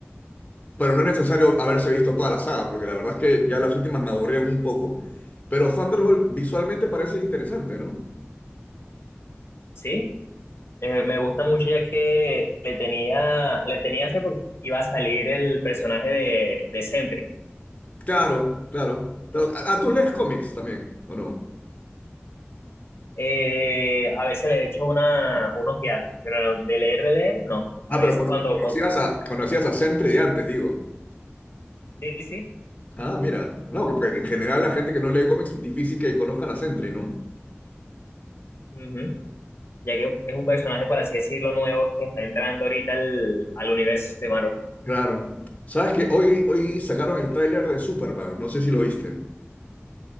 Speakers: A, on the left; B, on the left.
A: Pero no es necesario haberse visto toda la saga, porque la verdad es que ya las últimas me aburrieron un poco. Pero Thunderbolt visualmente parece interesante, ¿no?
B: Sí, eh, me gusta mucho ya que le tenía, le tenía hace poco, iba a salir el personaje de, de Sentry.
A: Claro, claro. claro. Ah, ah, tú lees cómics también, ¿o no?
B: Eh, a veces le echo una, unos viajes, pero de leer, de leer, no.
A: Ah,
B: A veces
A: pero cono-
B: cuando
A: conocías
B: consigo.
A: a, conocías a Sentry de antes, digo.
B: Sí, sí. sí,
A: Ah, mira. No, porque en general la gente que no lee cómics, difícil que conozcan a Sentry, ¿no?
B: ujú. Ya que es un personaje, por así decirlo, nuevo que está entrando ahorita al, al universo de Marvel.
A: Claro. ¿Sabes que Hoy, hoy sacaron el tráiler de Superman, no sé si lo viste.